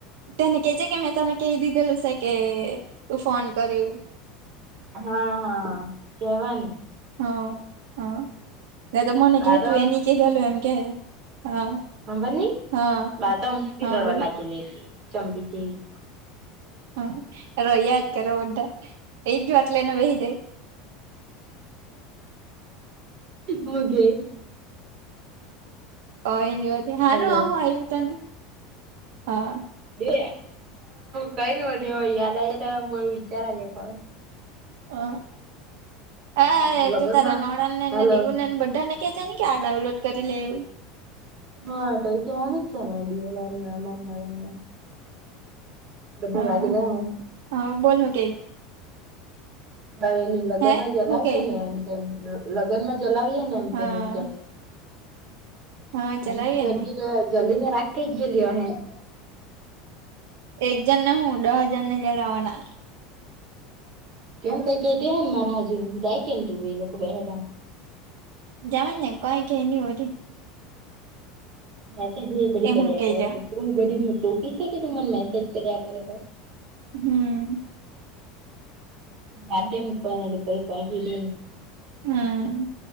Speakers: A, on the right; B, on the right.
A: તેને કેજે કે મેં તને કહી દીધેલું છે કે તું ફોન કરેવું.
B: હા હા કેવા ને.
A: હ હા ના તો મને
B: બા
A: કે
B: તો
A: તું એની કેધલું એમ કે હા.
B: ખબર ની
A: હા
B: બા તો હમનેં પી
A: હા
B: રડવા
A: બોલને
B: લાગેલી હતી ચમડી જેવી.
A: હમ યાદ કરો બધા એજ વાટલે એને વહી જાય.
B: મુ ગે.
A: ઓ એની હોતી હાનું
B: હલો
A: આવ્યું તને હા.
B: બે કઈ ન હો હ યાદ આવ આવી ત બો વિચાર આવ્યા કો
A: હ
B: કર
A: હા
B: લગ્નમાં
A: તો તારે નણ નેને
B: હલો
A: દીવું નેને બધાને. કે જા કે આ ડાઉનલોડ કરી લે એવું.
B: હા તો એ તો હાલ જ છે ને દી મમ્મા બને બધું
A: હા
B: <unintelligible>
A: હા, બોલ, હુ, કે
B: હવે એની લગ્ન
A: હે
B: માં જલાવીએ
A: હું કેય
B: ને એમ કે, લગ્ન માં જલાવીએ ને એમ
A: હા
B: કેમ એક જણને ને
A: હા
B: <unintelligible>
A: ચલાવીએ
B: અધી
A: ને
B: જલ્દીને રાખ થઈ ગયેલી અ હૈ
A: એક જણ ને હું દહ હજણને લે લાવના.
B: ત કઈ કેતી હ ને મારા હજુ હ જાય કે ને તું એ લોકો બહેરા.
A: જવાનું ને કઈ કે એની હો.
B: મેસેજ બધી
A: એ
B: કર્યા
A: હું કઈ લે
B: કરે તું બધી ટોપી શકે તું મને મેસેજ કર્યા કરે.
A: હમ.
B: જાડે મૂકવાની એટલે પહ કી ર
A: હમ